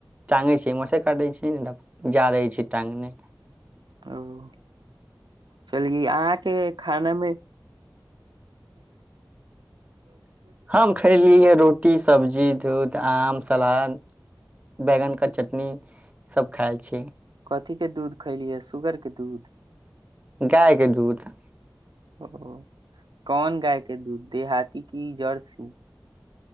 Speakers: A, on the right; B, on the right.
A: टाँंगै छै मस काटै छै ने तऽ जा रहै छै टाँगने
B: ओ चली अहाँके खानामे
A: हम खयलिय है रोटी सब्जी दूध आम सलाद बैगनके चटनी सब खाइ छी
B: अथथि के दूध खैलियै सुगर के दूध
A: गाय क द तऽ
B: ओ कोौन गाय के दूध देहााती की जर्सी